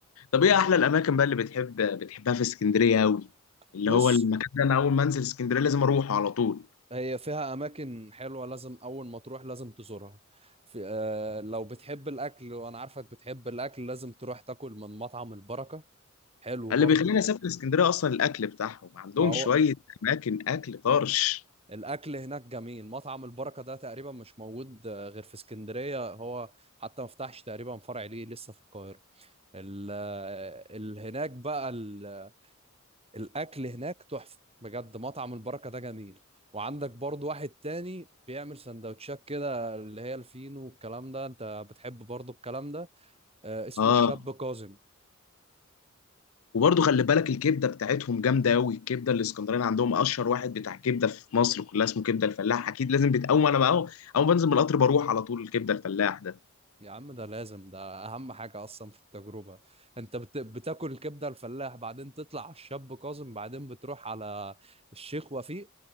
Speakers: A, on the left; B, on the right.
A: طب ايه احلى الاماكن بقى اللي بتحب بتحبها في اسكندريه قوي اللي
B: بص
A: هو المكان ده انا اول ما انزل اسكندريه لازم اروحه على طول
B: هي فيها أماكن حلوة لازم أول ما تروح لازم تزورها في آه لو بتحب الأكل وأنا عارفك بتحب الأكل لازم تروح تاكل من مطعم البركة حلو
A: اللي
B: برضه
A: بيخليني اسافر اسكندريه اصلا الاكل بتاعهم عندهم
B: ما هو
A: شويه اماكن اكل طرش
B: الأكل هناك جميل مطعم البركة ده تقريبا مش موجود آه، غير في اسكندرية هو حتى ما فتحش تقريبا فرع ليه لسه في القاهرة ال آه، ال- هناك بقى ال- الاكل هناك تحفه بجد مطعم البركه ده جميل وعندك برضو واحد تاني بيعمل سندوتشات كده اللي هي الفينو والكلام ده انت بتحب برضو الكلام ده آه اسمه
A: اه
B: الشاب كاظم
A: وبرضه خلي بالك الكبده بتاعتهم جامده قوي الكبده الاسكندراني عندهم اشهر واحد بتاع كبده في مصر كلها اسمه كبده الفلاح اكيد لازم بت اول ما انا بقى اول ما بنزل من القطر بروح على طول الكبده الفلاح ده
B: يا عم ده لازم ده اهم حاجه اصلا في التجربه انت بت... بتاكل الكبده الفلاح بعدين تطلع على الشاب كاظم بعدين بتروح على الشيخ وفيق